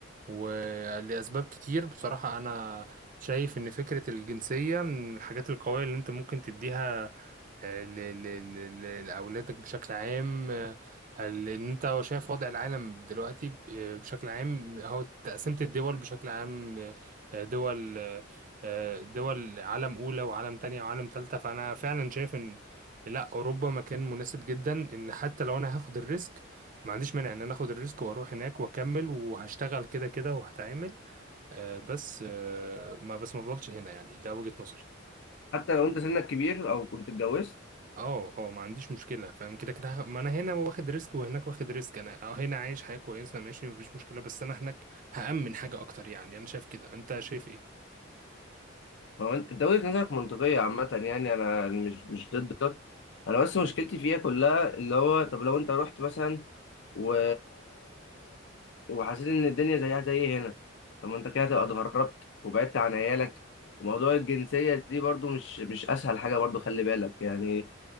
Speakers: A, on the right; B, on the left.
A: ولأسباب كتير بصراحة انا شايف ان فكرة الجنسية من الحاجات القوية اللي انت ممكن تديها آه، ل- ل- ل- ل- لأولادك بشكل عام آه، ال- إن أنت شايف وضع العالم دلوقتي آه، بشكل عام هو تقسيمة الدول بشكل عام آه، دول آه، دول عالم أولى وعالم تانية وعالم تالتة فأنا فعلا شايف إن لا أوروبا مكان مناسب جدا إن حتى لو أنا هاخد الريسك ما عنديش مانع إن أنا آخد الريسك وأروح هناك وأكمل وهشتغل كده كده وهتعامل آه، بس آه، ما بس ما أفضلش هنا يعني ده وجهة نظري
B: حتى لو انت سنك كبير او كنت اتجوزت
A: اه اه ما عنديش مشكلة فاهم كده كده ه- ما انا هنا واخد ريسك وهناك واخد ريسك انا اه هنا عايش حياة كويسة ماشي مفيش مشكلة بس انا هناك هأمن حاجة اكتر يعني انا شايف كده انت شايف ايه
B: هو انت انت وجهة نظرك منطقية عامة يعني انا مش مش ضدك انا بس مشكلتي فيها كلها اللي هو طب لو انت رحت مثلا و وحسيت ان الدنيا زيها زي هنا طب ما انت كده هتبقى اتغربت وبعدت عن عيالك وموضوع الجنسية دي برضو مش مش اسهل حاجة برضو خلي بالك يعني